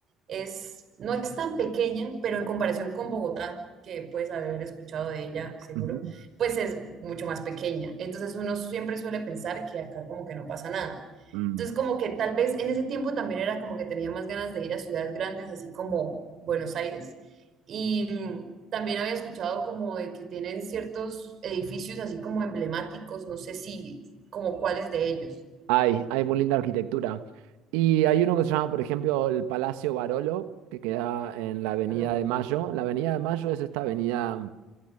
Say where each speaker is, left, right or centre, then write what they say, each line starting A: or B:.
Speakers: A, on the right; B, on the right.
A: es, no es tan pequeña, pero en comparación con Bogotá, que puedes haber escuchado de ella seguro,
B: ujú,
A: pues es mucho más pequeña. Entonces uno siempre suele pensar que acá como que no pasa nada
B: mm.
A: entonces, como que tal vez en ese tiempo también era como que tenía más ganas de ir a ciudades grandes, así como Buenos Aires. Y mm, también había escuchado como de que tienen ciertos edificios así como emblemáticos, no sé si, como cuáles de ellos.
B: Hay, hay muy linda arquitectura. Y hay uno que se llama, por ejemplo, el Palacio Barolo, que queda en la Avenida
A: Pero,
B: de Mayo. La Avenida de Mayo es esta avenida